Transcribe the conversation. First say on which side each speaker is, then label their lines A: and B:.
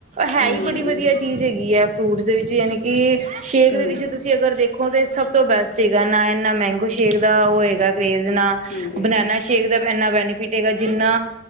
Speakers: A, on the right; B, on the left.
A: ਹੈ
B: ਹਮ
A: ਬੜੀ ਵਧੀਆ ਚੀਜ਼ ਹੈਗੀ ਹੈ, ਫਰੂਟਸ ਦੇ ਵਿੱਚ <unintelligible> ਕਿ ਸ਼ੇਕ
B: ਹਮ
A: ਦੇ ਵਿੱਚ ਤੁਸੀਂ ਅਗਰ ਵੇਖੋ ਤੇ, ਸਭ ਸਭ ਤੋਂ ਬੈਸਟ ਚੀਚ ਹੈ, ਨਾ ਇਨਾ ਮੈਂਗੋ ਸ਼ੇਕ ਦਾ ਉਹ ਹੋਏਗਾ ਕਰੇਜ, ਨਾ
B: ਹਾਂਜੀ
A: ਬਨਾਨਾ ਸ਼ੇਕ ਜਬ ਇੰਨਾ ਬੈਨੀਫਿਟ ਹੈਗਾ ਜਿਨਾ